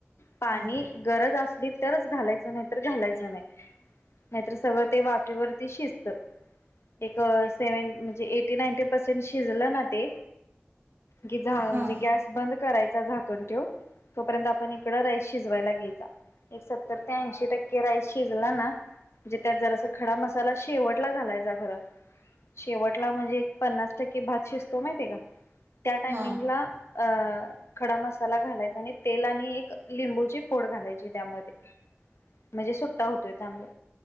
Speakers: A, on the left (about 75°); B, on the right (about 65°).
A: पाणी
B: हा
A: गरज अस तरच घालायचं नायतर घालायचं नाय नायतर सगळं ते वाफेवरती शिजत एक सेवेंटी म्हणजे ऐटी-नाईटी पर्सेंट शिजलं ना ते की झालं
B: हा
A: म्हणजे गॅस बंद करायच झाकण ठेवून तोपर्यंत आपण इकडे राईस शिजवायला घ्यायचा. एक सत्तर ते ऐंशी टक्के राईस शिजला ना म्हणजे त्यात जरास खडा मसाला शेवटला घालायचा खरं शेवटला म्हणजे एक पन्नास टक्के भात शिजतो माहिती आहे का? त्या टायमिंग
B: हा
A: ला अ खडा मसाला घालायचा आणि तेल आणि एक लिंबूची फोड घालायची त्यामध्ये म्हणजे सुट्टा होतोय तांदूळ